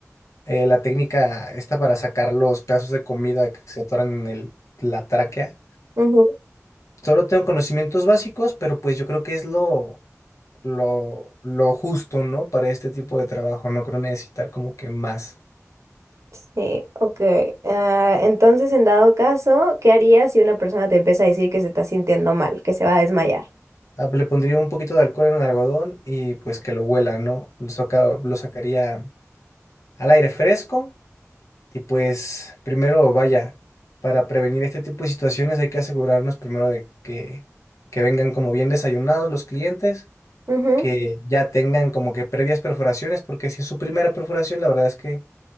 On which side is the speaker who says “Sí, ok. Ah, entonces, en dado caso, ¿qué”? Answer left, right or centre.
Right